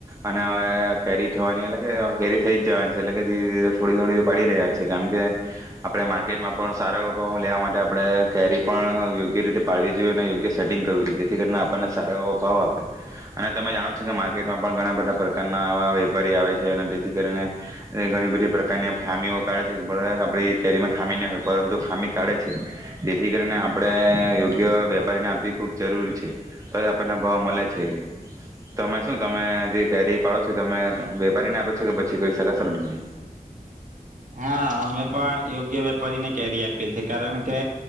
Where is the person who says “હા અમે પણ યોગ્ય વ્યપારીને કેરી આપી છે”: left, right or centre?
Right